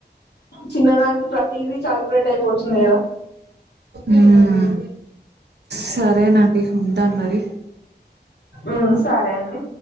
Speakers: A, on the left (about 70°); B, on the right (about 70°).
A: చిన్నదానికి ప్రతిది సెలెబ్రేట్ అయిపోతుంది కదా
B: ఉమ్ సరేనండి ఉంటాను మరి
A: ఉమ్ సరే అండి